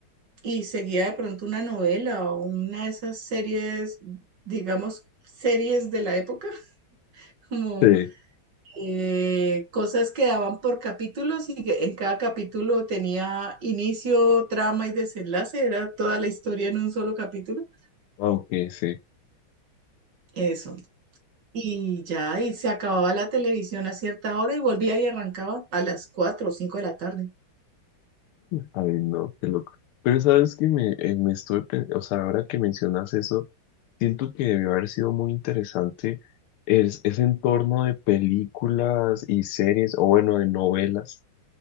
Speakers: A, on the right (about 55°); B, on the left (about 80°).
A: y seguía de pronto una novela o una de esas series, digamos, series de la época, <laughs> como
B: Sí,
A: eh, cosas que daban por capítulos y que en cada capítulo tenía inicio, trama y desenlace, era toda la historia en un solo capítulo.
B: aunque sí.
A: Eso. Y ya, y se acababa la televisión a cierta hora y volvía y arrancaba a las 4 o 5 de la tarde.
B: Ay, no, qué loco. Pero sabes que me, eh, me estoy, pen- o sea, ahora que mencionas eso, siento que debió haber sido muy interesante es, ese entorno de películas y series, o bueno, de novelas,